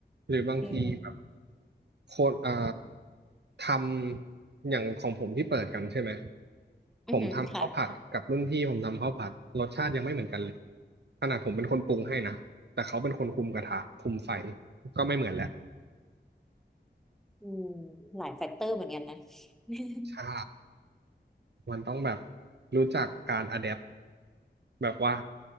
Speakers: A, on the right; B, in the centre.
A: หรือบางทีแบบ
B: อืม
A: โคตรอ่าทำอย่างของผมที่เปิดกันใช่ไหม
B: อือหือค่ะ
A: ผมทำข้าวผัดกับรุ่นพี่ผมทำข้าวผัดรสชาติยังไม่เหมือนกันเลยขนาดผมเป็นคนปรุงให้นะแต่เขาเป็นคนคุมกระทะคุมไฟก็ไม่เหมือนแล้ว
B: อืมหลายแฟกเตอร์เหมือนกันนะ <laughs>
A: ใช่ มันต้องแบบรู้จักการอะแดปแบบว่า